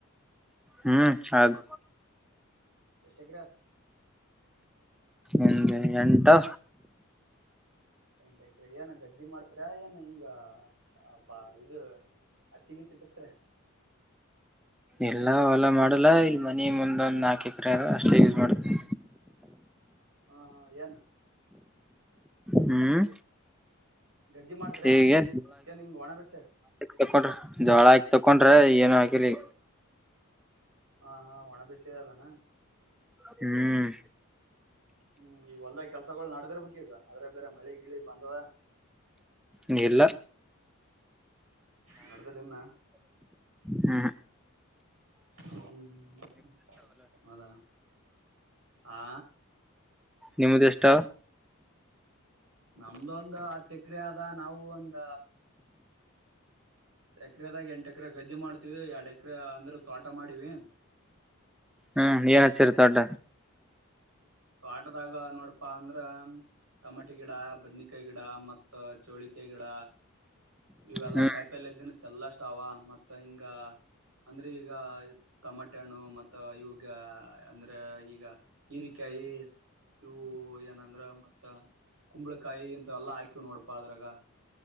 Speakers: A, in the centre; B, on the right (about 85°).
A: ಹ್ಮ್ ಅದು
B: ಎಷ್ಟ್ ಎಕರೆ ಅದ
A: ಹ ಎಂಟಾ
B: ಎಂಟ ಎಕ್ರ ಏನು ಗದ್ದಿ ಮಾಡ್ತಾರ ಏನು ಹಿಂಗ ಬಾ ಇದು ಹತ್ತಿಗೆ ತಿಟ್ಟತ್ರ
A: ಎಲ್ಲ ಹೊಲ್ಲಾ ಮಾಡಲ್ಲ ಇ ಮನಿ ಮುಂದ್ದ್ ನಾಕು ಎಕರೆ ಇದು ಅಷ್ಟೇ ಯೂಸ್ ಮಾಡ್ತವಿ
B: ಹಾ ಹಾ ನು
A: ಹ್ಮ್
B: ಗದ್ದಿ ಮಾಡ್ತೀರಾ
A: ಹಗೆ
B: ಏನ್ ಹಿಂಗ್ ಒಣ ಬೇಸಾಯ
A: ತಕೊಂಡ್ರ ಜೋಳ ಆಕ್ ತಕೊಂಡ್ರ ಏನು ಹಾಕಲಿ
B: ಹ ಹಾ ಒಣ ಬಸಿಯ ಅದಾನ
A: ಹ್ಮ್
B: ಹ್ಮ್ ಈಗ ಹೊಲ್ದ ಕೆಲ್ಸಗಳಗಳು ನಡದ್ರ ಬಗ್ ಈಗ ಆದದ್ರೆ ಬೇರೆ ಮಳಿ ಗಿಳಿ ಬಂದದ
A: ನೀ ಎಲ್ಲ
B: ನಡೆದದಲ್ಲಿನ್ನ
A: ಹ್ಮ
B: ಹ್ಮ್ ಹ್ಮ್ ಹೌದಾ ಆ
A: ನಿಮ್ಮ್ದ ಎಷ್ಟ
B: ನಮ್ದೊಂದು ಅತ್ಯಕ್ರಿಯೆ ಅದ ನಾವು ಒಂದ ಎಕರೆದಾಗ ಎಂಟ ಎಕರೆ ಗದ್ದೆ ಮಾಡ್ತೀವಿ ಎರಡ್ ಎಕರೆ ಅಂದ್ರ ತೋಟ ಮಾಡಿವಿ
A: ಹ್ಮ್ ಏನ್ ಹಸರಿ ತೊಡ
B: ಆಟದಾಗ ನೋಡ ಪ್ಪ ಅಂದ್ರ ತಮಾಟೆ ಗಿಡ ಬದನಿಕಾಯಿ ಗಿಡ ಮತ್ ಚೌಳಿಕಾಯಿ ಗಿಡ ಇವೆಲ್ಲಾ
A: ಹ್ಮ್
B: ಕಾಯಿಪಲ್ ಇದ್ದಿನ ಎಲ್ಲಷ್ಟ ಅವ ಮತ್ತ ಹಿಂಗ ಅಂದ್ರೆ ಈಗ ಟಮಾಟೆ ಹಣ್ಣು ಮತ್ತ ಇವಾಗ ಅಂದ್ರೆ ಈಗ ಹರಿಕೆ ಹ ಇವು ಏನಂದ್ರ ಮತ್ತ ಕುಂಬಳಕಾಯಿ ಇಂತ ಎಲ್ಲಾ ಹಾಕಿವ್ ನೋಡಪಾ ಅದ್ರಾಗ